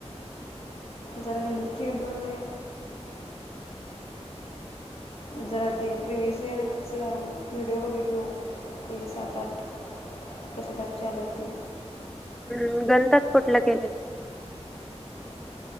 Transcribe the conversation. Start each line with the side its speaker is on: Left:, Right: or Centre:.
Left: जरा गणित केलोय जरा ते प्रिविसीइयरचं व्हिडिओ बघितलो ते सात आठ कशा टाईपचे आल्यात ते
Centre: हम् गणितात कुठलं केलेस